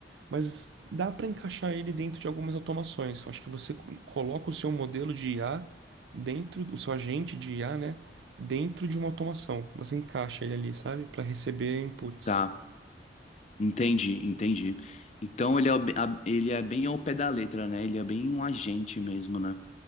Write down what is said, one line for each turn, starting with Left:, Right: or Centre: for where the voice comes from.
Right: Mas dá para encaixar ele dentro de algumas automações. Eu Acho que você co- coloca o seu modelo de IA dentro, o seu agente de IA, né, dentro de uma automação. Você encaixa ele ali, sabe, para receber inputs.
Left: Tá, entendi, entendi. Então ele é, o be- a- ele é bem ao pé da letra, né? Ele é bem um agente mesmo, né?